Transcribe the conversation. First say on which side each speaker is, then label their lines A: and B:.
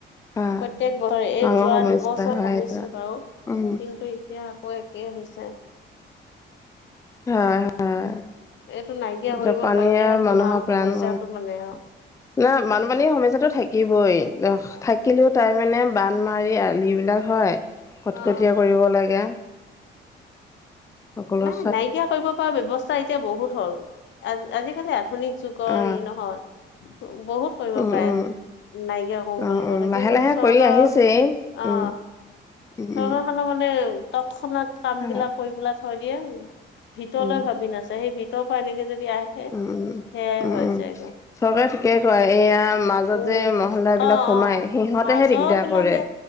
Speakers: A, on the left; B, on the left.
A: প্ৰত্যেক
B: হয়
A: বছৰ এই
B: ডাঙৰ
A: যোৱা
B: সমস্যা
A: দুবছৰ
B: হয়
A: কমিছিল
B: এইটো
A: বাৰু
B: উম
A: কিন্তু এতিয়া আকৌ একেই হৈছে।
B: হয়-হয়।
A: এইটো নাইকিয়া কৰিব
B: পানীয়ে
A: পাৰিলেহে প্ৰধান
B: মানুহৰ
A: সমস্যাটো
B: প্ৰাণ-
A: মানে আৰু
B: নাই বানপানীৰ সমস্যাটো থাকিবই, থাকিলেও তাই মানে- বান মাৰি আলি বিলাক হয় কটকটীয়া
A: অ অ
B: কৰিব লাগে। সকলৰ।
A: নাই নাইকিয়া কৰিব পৰা ব্যৱস্থা এতিয়া বহুত হ'ল। আজিকালি- আধুনিক যুগৰ
B: অ
A: হেৰি নহয় ত' বহুত কৰিব
B: উম
A: পাৰে
B: উম
A: নাইকিয়া কৰম
B: অ
A: বুলি
B: উম
A: ক'লে
B: লাহে
A: কিন্তু
B: লাহে
A: চৰকাৰ
B: কৰি আহিছেই
A: অ।
B: উম উম
A: চৰকাৰখনৰ
B: উম।
A: মানে তৎক্ষণাত কাম
B: হয়
A: বিলাক কৰি পেলাই থৈ দিয়ে। ভিতৰলৈ
B: উম
A: ভাবি নাচায় সেই ভিতৰৰ পৰা এনেকে যদি আহে।
B: উম উম
A: সেয়াই
B: উম
A: হৈ
B: উম
A: যায়গৈ
B: চৰকাৰে ঠিকেই কৰে এইয়া মাজত
A: উম।
B: যে মহলা
A: অ অ
B: বিলাক সোমায়। সিহঁতেহে
A: মাজৰ
B: দিগদাৰ
A: বিলাকে
B: কৰে।